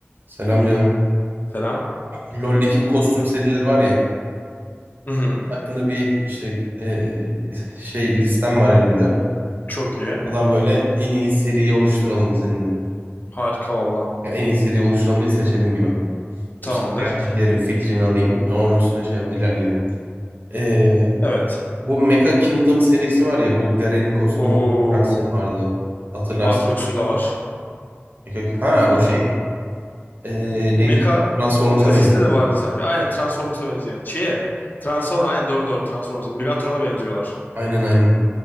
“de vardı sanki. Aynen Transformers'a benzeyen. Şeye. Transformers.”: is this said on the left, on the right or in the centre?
Left